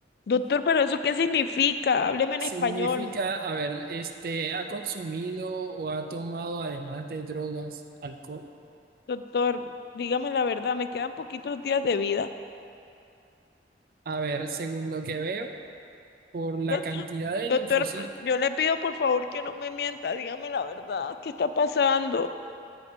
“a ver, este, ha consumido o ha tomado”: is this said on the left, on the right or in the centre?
Right